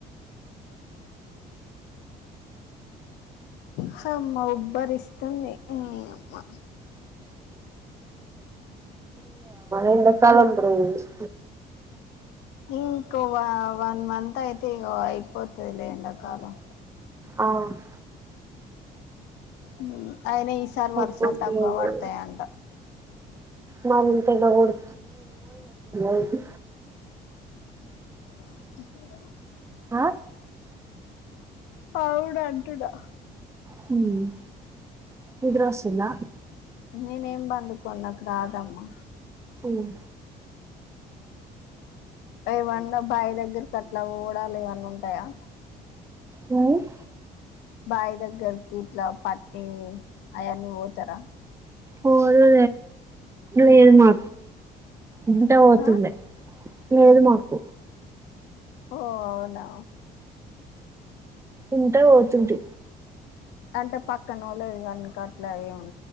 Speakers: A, on the left; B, on the right.
A: హమ్మా ఉబ్బరిస్తుంది నీయమ్మా
B: ఎంత కాలం ప్రేమిస్
A: ఇంకా వ వన్ మంత్ అయితే ఇంగ అయిపోతదిలే ఎం డకాలం
B: అవున్
A: హ్మ్ అయిన ఈసారి
B: సరిపోట్లేదు.
A: వర్సాలు తక్కువ పడతాయంట.
B: మరింత ఓడు <inaudible>
A: ఆ
B: ఆ
A: పావుడ్ అంటుడా
B: హ్మ్ నిదరొస్తుందా
A: నేనేం బండుకోన్ నాకు రాదమ్మా
B: హ్మ్
A: ఏవన్నా బాయ్ దగ్గర కెల్ ఇట్లా పోవుడల్ ఏవన్న ఉంటాయా
B: హ్మ్
A: బాయి దగ్గరకి ఇట్లా పట్టి అయన్నీ పోతరా
B: ఓ అదిరు అ ఏదు మా ఇంట పోతులే
A: ఆ
B: లేదు మాకు
A: ఓ అవునా
B: ఉంటా పోతుంటీ
A: అంటే పక్కన నోళ్ళది కనక అట్ల ఏమ్ ఉం